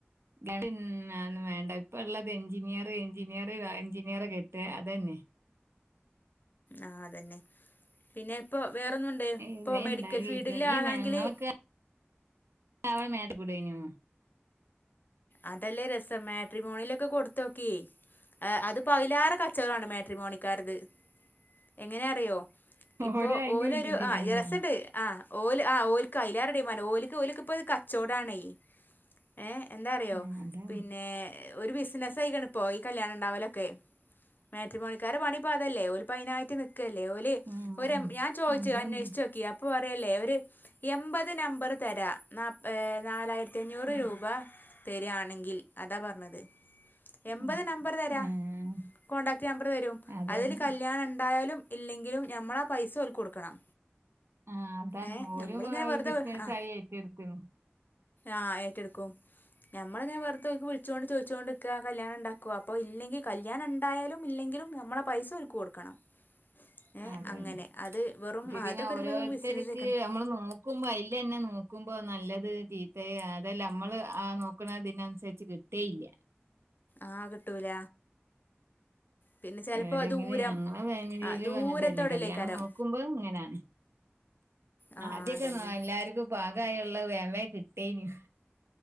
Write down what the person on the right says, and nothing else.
പിന്നതൊന്നും വേണ്ട ഇപ്പ ള്ള എഞ്ചിനീയറ് എഞ്ചിനീയറ് എഞ്ചിനീയറെ കെട്ട്ക അതന്നെ
ഇടെ
ഇണ്ടാകരിക്കും
ഈ
മെരങ്ങളൊക്കെ അവിടെ മേടി ഫുഡ്‌ കഴിഞ്ഞോ?
ഓരോ അയിലും
ഇത് ഡിമാൻഡാണ്
ഉം അതാണ്
ഉം
അതന്നെ
ഉം
ഉം
ഉം
അതന്നെ
ആ അതാണ്
ഓരും
ബിസിനസ്
ആയി ഏറ്റെടുക്കുന്നു
അതന്നെ
ഇത് പിന്നെ
ഓരോരുത്തർക്ക്
നമ്മള് നോക്കുമ്പോ അതില് തന്നെ നോക്കുമ്പോ നല്ലത് രീ- അതെ അതെല്ല നമ്മള് ആ നോക്കണ അതിനതിനനുസരിച്ച് കിട്ടേയില്ല
എവിടെങ്കിലും
ഞങ്ങളെ ഫാമിലിലും
അങ്ങനെ തന്നെ
കല്യാണം നോക്കുമ്പോ ഇങ്ങനെയാണ്
ആദ്യക്കെ
എല്ലാർക്കും പാകായുള്ള വേഗം വേഗം കിട്ടേനൂ